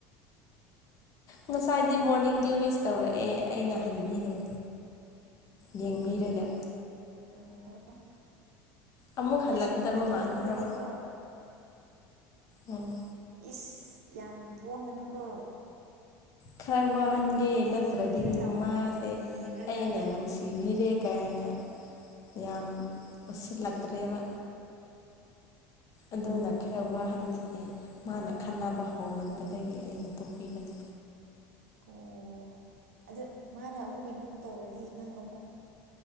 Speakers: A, on the left; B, on the right.
A: ꯉꯁꯥꯏꯗꯤ ꯃꯣꯔꯅꯤꯡꯗꯤ ꯋꯤꯁ ꯇꯧꯔꯛꯑꯦ ꯑꯩꯅ ꯍꯟꯕꯤꯗ꯭ꯔꯦ ꯌꯦꯡꯕꯤꯔꯒ
B: ꯑꯣ
A: ꯑꯃꯨꯛ ꯍꯜꯂꯛꯀꯗꯕ
B: ꯏꯁ ꯑꯗꯨꯒꯨꯝꯕꯗꯨꯗꯤꯀꯣ
A: ꯃꯥꯟꯕ꯭ꯔꯣ ꯎꯝ
B: ꯏꯁ ꯌꯥꯝ ꯄꯣꯡꯉꯅꯨꯀꯣ
A: ꯈꯔꯥ ꯋꯥꯍꯟꯒꯦ ꯅꯠꯇ꯭ꯔꯗꯤ
B: ꯌꯦꯡꯕꯤꯗ ꯇꯧꯋꯣ
A: ꯃꯥꯁꯦ
B: ꯌꯦꯡꯔꯒ
A: ꯑꯩꯅ ꯅꯨꯡꯁꯤ ꯕꯤꯔꯦ ꯀꯥꯏꯅ ꯌꯥꯝ ꯎꯁꯤꯠꯂꯛꯇ꯭ꯔꯦꯕꯥ ꯑꯗꯨꯅ ꯈꯔ ꯋꯥꯍꯟꯈꯤꯒꯦ ꯃꯥꯅ ꯈꯟꯅꯕ ꯍꯧꯃꯟꯕꯗꯒꯤ ꯑꯩꯅ
B: ꯑꯦ
A: ꯇꯣꯛꯄꯤꯕꯅꯦ
B: ꯑꯣ ꯑꯗꯨ ꯃꯥꯅ ꯑꯃꯨꯛ ꯀꯩꯅꯣ ꯇꯧꯔꯗꯤ ꯅꯪ ꯑꯃꯨꯛ